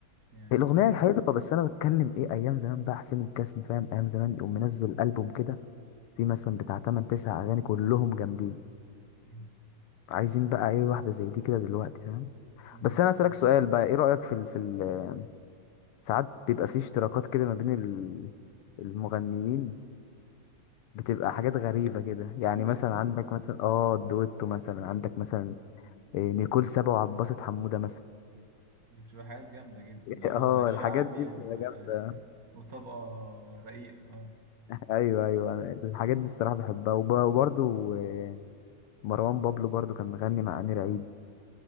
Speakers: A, on the right (about 45°); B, on the left (about 85°).
A: يعني
B: الأغنية حلوة بس أنا بتكلم إيه أيام زمان بقى حسين الجسمي فاهم أيام زمان يقوم منزل ألبوم كده فيه مثلا بتاع تمن تسع أغاني كلهم جامدين
A: مم.
B: عايزين بقى إيه واحدة زي دي كده دلوقتي فاهم
A: مم.
B: بس أنا أسألك سؤال بقى إيه رأيك في ال في ال ساعات بيبقى فيه اشتراكات كده ما بين ال- المغنيين بتبقى حاجات غريبة كده يعني
A: دويتو
B: مثلا عندك مثلا آه دويتو مثلا عندك مثلا إيه، نيكول سابا وعباسة حمودة مثلا
A: دي بتبقى حاجات جامدة جدا
B: <laughs>
A: اللي هو
B: اه
A: شعبي
B: الحاجات دي
A: و...
B: بتبقى جامدة
A: <laughs> وطبقة رقيقة
B: ايوه ايوه انا
A: اه
B: الحاجات دي الصراحه بحبها وب- وبرضو آه، مروان بابلو برضو كان مغني مع امير عيد